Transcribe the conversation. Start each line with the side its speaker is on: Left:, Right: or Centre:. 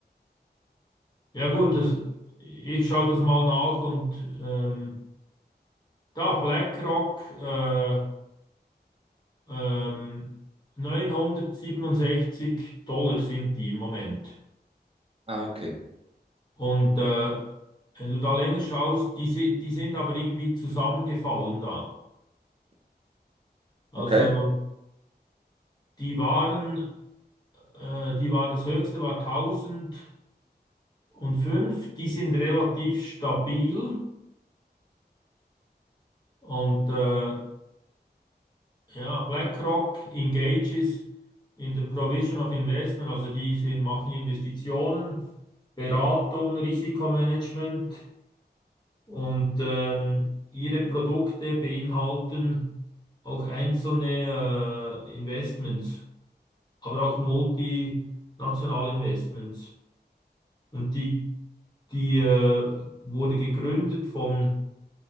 Left: Ja gut, das, ich schaue das mal nach und ähm, da BlackRock äh, ähm, 967 Dollar sind die im Moment.
Right: ah, okay,
Left: Und äh, wenn du da länger schaust, die, si- die sind aber irgendwie zusammengefallen da. Also
Right: okay.
Left: die waren, äh, die war das höchste war 1000. und fünf die sind relativ stabil und äh, ja, BlackRock engages in the provision of investment, also die sind, machen Investitionen, Beratung, Risikomanagement und ähm, ihre Produkte beinhalten auch einzelne äh, Investments, aber auch multinationale Investments. Und die, die äh, wurde gegründet von